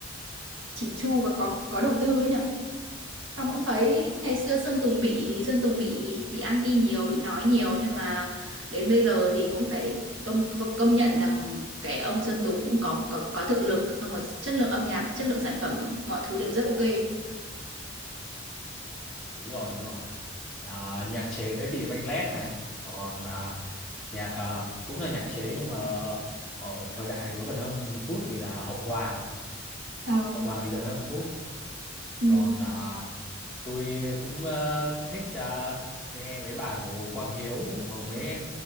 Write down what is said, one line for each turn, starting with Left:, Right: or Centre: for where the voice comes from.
Right: chỉn chu và có có đầu tư ấy nhỉ xong cũng thấy ngày xưa Sơn Tùng bị Sơn Tùng bị bị anti nhiều bị nói nhiều nhưng mà đến bây giờ thì cũng phải công công, công nhận rằng cái ông Sơn Tùng cũng có có có thực lực xong rồi chất lượng âm nhạc chất lượng sản phẩm mọi thứ đều rất ok
Centre: đúng rồi đúng rồi Ờ, nhạc chế thì Văn Lét này còn ờ, nhạc ờ, cũng là nhạc chế nhưng mà ở thời đại nó gần hơn một chút thì là Hậu Hoàng
Right: Ờ,
Centre: Hậu Hoàng thì gần hơn một chút
Right: ừ.
Centre: còn ờ, tôi cũng ờ, thích ờ, nghe mấy bài của Hồ Quang Hiếu hoặc mấy